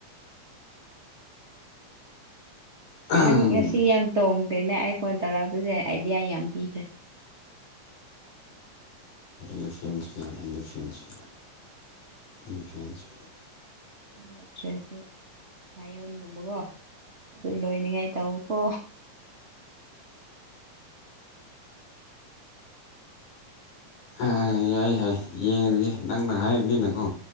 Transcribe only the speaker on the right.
ꯅꯪ ꯉꯁꯤ ꯌꯥꯝ ꯇꯣꯡꯗ꯭ꯔꯦꯅꯦ ꯑꯩ ꯐꯣꯟ ꯇꯧꯔꯛꯄꯁꯦ ꯑꯥꯏꯗꯤꯌꯥ ꯌꯥꯝ ꯄꯤꯈ꯭ꯔꯦ
ꯅꯠꯇ꯭ꯔꯁꯨ ꯂꯥꯏꯌꯣꯟꯒꯨꯝꯕꯀꯣ ꯑꯗꯨ ꯂꯣꯏꯅꯤꯉꯥꯏ ꯇꯎꯀꯣ